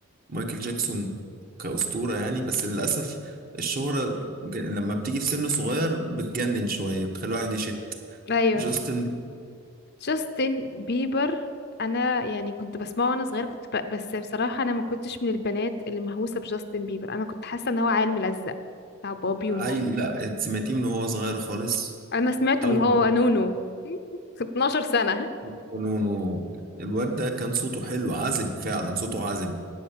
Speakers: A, on the right (about 40°); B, on the left (about 50°).
A: مايكل جاكسون كأسطورة يعني بس للأسف الشهرة ج- لما بتيجي في سن صغير بتجنن شوية بتخلي الواحد يشت
B: ايوه
A: جاستن
B: جاستن بيبر انا يعني كنت بسمعه وانا صغيره كنت ب... بس بصراحه انا ما كنتش من البنات اللي مهووسه بجاستن بيبر انا كنت حاسه ان هو عيل ملزق بتاع بابي
A: عيل
B: ومامي
A: لا سمعتيه من وهو صغير خالص
B: انا سمعته
A: أول
B: من هو نونو <laughs> 12 سنه
A: ما كانوا- الواد ده كان صوته حلو عذب فعلا صوته عذب